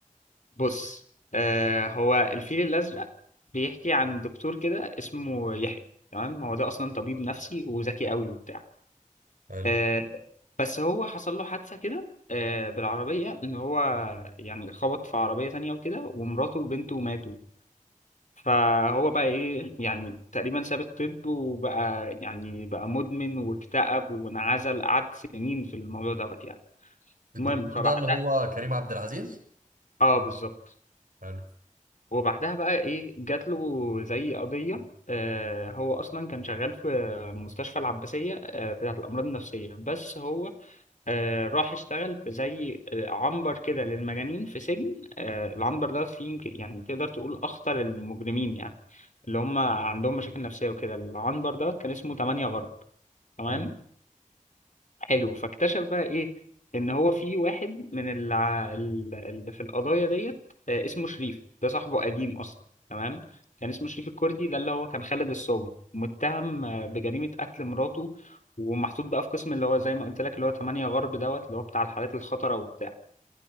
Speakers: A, on the left; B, on the right.
A: بص آه، هو الفيل الازرق بيحكي عن دكتور كده اسمه يحيى تمام هو ده اصلا طبيب نفسي وذكي قوي وبتاع
B: حلو
A: آه، بس هو حصل له حادثة كده آه، بالعربية إن هو يعني خبط في عربية تانية وكده ومراته وبنته ماتوا فهو بقى إيه يعني تقريبا ساب الطب وبقى يعني بقى مدمن واكتئب وانعزل قعد سنين في الموضوع دوت يعني
B: الدكتور
A: المهم فبعدها
B: ده اللي هو كريم عبد العزيز
A: اه بالظبط
B: حلو
A: وبعدها بقى إيه جات له زي قضية آه، هو أصلا كان شغال في مستشفى العباسية آه، بتاعة الأمراض النفسية بس هو آه، راح اشتغل في زي آه، عنبر كده للمجانين في سجن آه، العنبر ده فيه يمكن يعني تقدر تقول أخطر المجرمين يعني اللي هم عندهم مشاكل نفسية وكده العنبر ده كان اسمه تمانية غرب تمام
B: حلو
A: حلو فاكتشف بقى ايه ان هو في واحد من الع... ال- اللي في القضايا ديت آه، اسمه شريف ده صاحبه قديم اصلا تمام كان اسمه شريف الكردي ده اللي هو كان خالد الصاوي متهم آه، بجريمة قتل مراته ومحطوط بقى في قسم اللي هو زي ما قلت لك اللي هو 8 غرب دوت اللي هو بتاع الحالات الخطرة وبتاع